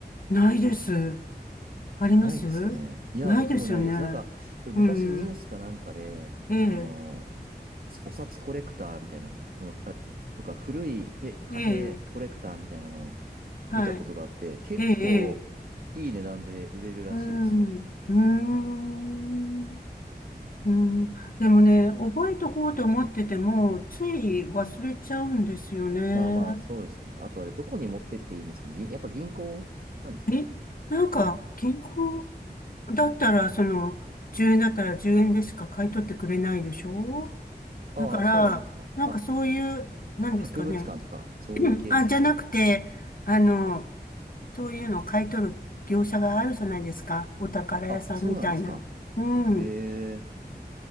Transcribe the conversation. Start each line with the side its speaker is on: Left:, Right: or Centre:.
Left: ないです。あります
Right: ないですよね。いや、
Left: ないですよね。
Right: 僕もないです。なんか、でも昔ニュースかなんかで、
Left: うん。ええ、
Right: あの、お札コレクターみたいな、その、あ、とか、古いへ貨幣コレクターみたいなのを
Left: ええ、はい。
Right: 見たことがあって、結構
Left: ええ、ええ
Right: いい値段で売れるらしいですよ。
Left: うん。うーん。うん、でもね、覚えとこうと思ってても、つい忘れちゃうんですよね。
Right: まあまあ、そうですよね。あとあれ、どこに持ってっていいんですかね。ぎやっぱ銀行なんですかね。
Left: え、なんか、銀行だったら、その、10円だったら10円でしか買い取ってくれないでしょ
Right: ああ、
Left: だから、
Right: そうなんですか。
Left: なんかそういう、
Right: あ、
Left: なんですかね。
Right: 博物館とか、そういう系ですかね。
Left: うんあ、じゃなくて、あの、そういうのを買い取る業者があるじゃないですか。お宝屋さんみたいな。
Right: あ、そうなんですか。
Left: うん、
Right: ええ